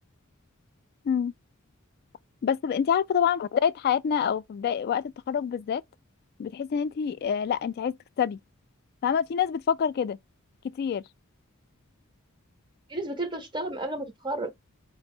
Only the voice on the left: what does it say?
مم. بس ب- انت عارفة طبعا في بداية حياتنا او في بداية وقت التخرج بالذات بتحسي ان انت آه لا انت عايزة تكسبي فاهمة في ناس بتفكر كده كتير